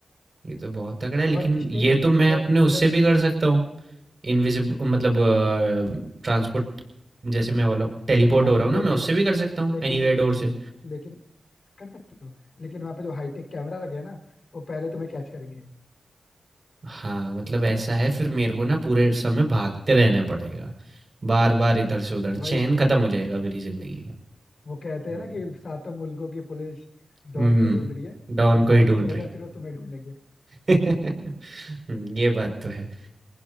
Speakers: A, on the right; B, on the left.
A: ये तो बहुत तगड़ा है लेकिन
B: और स्टे
A: ये तो मैं
B: जब
A: अपने उससे
B: जब
A: भी
B: स्टे
A: कर सकता हूँ इनविजिब मतलब ट्रांसपोर्ट जैसे मैं हो रहा हूँ टेलीपोर्ट
B: हाँ
A: हो रहा
B: लेकिन
A: हूँ ना मैं उससे भी कर सकता हूँ
B: लेकिन
A: एनीवेयर
B: वो
A: डोर से
B: लेकिन कर सकते हो लेकिन वहां पे जो हाईटेक कैमरा लगे हैं ना वो पहले तुम्हें कैच करेंगे
A: हाँ मतलब ऐसा है फिर मेरे को ना पूरे समय भागते रहना पड़ेगा बार बार इधर से उधर
B: वही
A: चैन
B: चीज
A: खत्म
B: है
A: हो जाएगा मेरी जिंदगी का
B: वो कहते हैं
A: हम्म
B: ना कि सातों मुल्कों की पुलिस डॉन
A: हम्म,
B: को ढूंढ रही है
A: डॉन
B: तो
A: को
B: डॉन
A: ही ढूंढ
B: के
A: रहे
B: बजाय फिर वो तुम्हें ढूंढेंगे
A: <laughs> हम्म, ये बात तो है